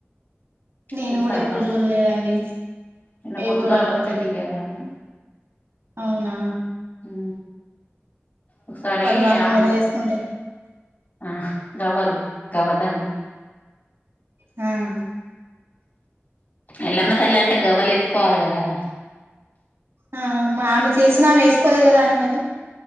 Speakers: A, on the right; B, on the left.
A: నేను
B: తెలుసా
A: కూడా
B: అండి
A: ఎప్పుడు
B: వాళ్ళు
A: చూడలేదండి
B: నిన్న
A: ఏ
B: పొద్దుగాల
A: ఊరు వాళ్లో
B: బస్సే
A: తెలవదు
B: దిగారు వాళ్ళు
A: అవునా
B: ఉ ఒకసారి
A: వాళ్ళు అన్ని
B: ఆళ్ళ
A: మెడలు వేసుకుంటే
B: ఆ గవ్వలు గవ్వదండలు
A: హుమ్
B: ఎల్లమ్మ తల్లి అంటే గవ్వలు వేసుకోవాలి కదా
A: ఆ ఆమె చేసినా ఆమె వేసుకోలేదు కదా అండి మరి